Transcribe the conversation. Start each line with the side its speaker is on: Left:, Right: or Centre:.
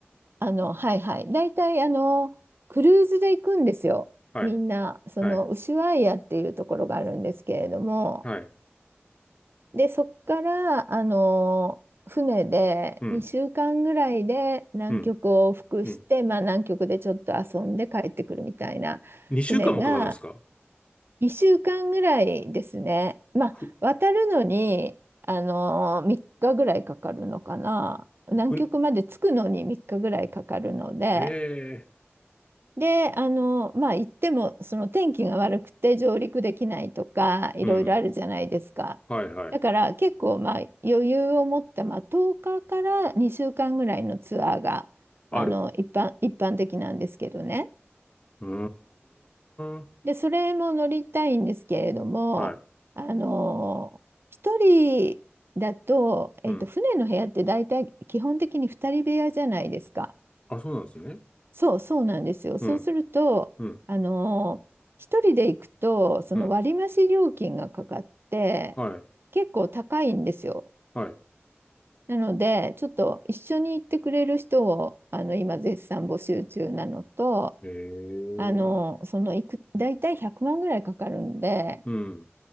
Right: あの、はいはい、大体あの、クルーズで行くんですよ。
Left: はい。
Right: みんな、その、
Left: はい
Right: ウシュアイアっていうところがあるんですけれども、
Left: はい。
Right: で、そっから、あの船で2週間ぐらいで南極を往復して、
Left: うん。うん。うん。
Right: まあ、南極でちょっと遊んで帰ってくるみたいな船が
Left: 2週間もかかるんですか
Right: 2週間ぐらいですね。まあ、
Left: ふ、
Right: 渡るのに、あの3日ぐらいかかるのかな。南極まで着くのに3日ぐらいかかるので、
Left: ふ、へえ。
Right: で、あの、まあ、行っても、その天気が悪くて上陸できないとか、いろいろあるじゃないですか。
Left: うん。はい、はい。
Right: だから結構、まあ、余裕を持った、まあ、10日かから2週間ぐらいのツアーが、
Left: ある。
Right: あの、一般、一般的なんですけどね。
Left: うーん。
Right: で、それも乗りたいんですけれども、
Left: はい。
Right: あの、一人だと、えっと、
Left: うん。
Right: 船の部屋って大体基本的に二人部屋じゃないですか。
Left: あ、そうなんですね。
Right: そう、そうなんですよ。
Left: うん。
Right: そうすると、
Left: うん。
Right: あのー一人で行くと、その割増料金がかかって、
Left: うん。はい。
Right: 結構高いんですよ。
Left: はい。
Right: なので、ちょっと一緒に行ってくれる人を、あの、今絶賛募集中なのと、
Left: へえ。
Right: あのーその行く、大体100万ぐらいかかるんで、
Left: うん。